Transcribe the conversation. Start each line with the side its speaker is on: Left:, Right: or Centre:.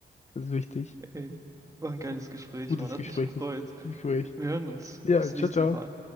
Left: das ist wichtig.
Right: Ey, war ein geiles
Left: Gu-
Right: Gespräch,
Left: Gutes
Right: Mann. Hat
Left: Gespräch,
Right: mich gefreut.
Left: gutes Gespräch.
Right: Wir hören uns.
Left: Ja,
Right: Bis zum
Left: ciao,
Right: nächsten
Left: ciao.
Right: Mal.